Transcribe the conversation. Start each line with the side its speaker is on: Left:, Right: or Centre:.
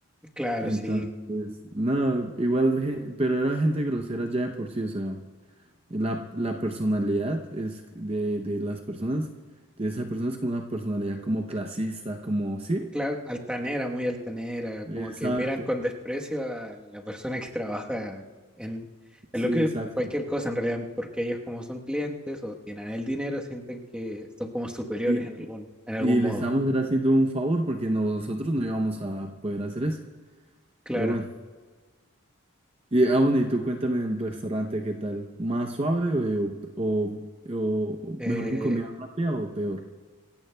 Centre: Claro,
Right: Entonces,
Centre: sí.
Right: no, igual, je- pero era gente grosera ya de por sí, o sea. La, la personalidad es de, de las personas, de esa persona es como una personalidad como clasista, como, ¿sí?
Centre: Claro, altanera, muy altanera, como
Right: Exacto,
Centre: que miran con desprecio a la persona que trabaja en,
Right: sí,
Centre: en lo que
Right: exacto.
Centre: en cualquier cosa en realidad, porque ellos como son clientes o tienen el dinero, sienten que son como superiores
Right: Y,
Centre: en algún,
Right: y
Centre: en algún
Right: y le
Centre: modo.
Right: estamos haciendo un favor porque no- nosotros no íbamos a poder hacer eso.
Centre: Claro.
Right: Pero bueno. Y aún y tú cuéntame en restaurante, ¿qué tal? ¿Más suave o, o, o- o
Centre: Eh,
Right: mejor que en comida rápida o peor?